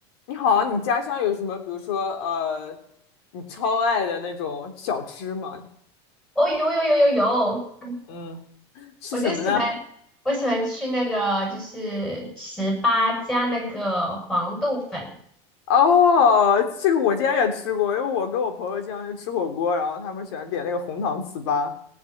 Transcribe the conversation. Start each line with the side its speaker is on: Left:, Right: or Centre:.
Left: 你好，你家乡有什么，比如说呃，你超爱的那种小吃吗？
Centre: 哦，有有有有有，
Left: 嗯，是什么呢？
Centre: 我就喜欢，我喜欢吃那个就是糍粑加那个黄豆粉。
Left: 哦，这个我竟然也吃过，因为我跟我朋友经常去吃火锅，然后他们喜欢点那个红糖糍粑。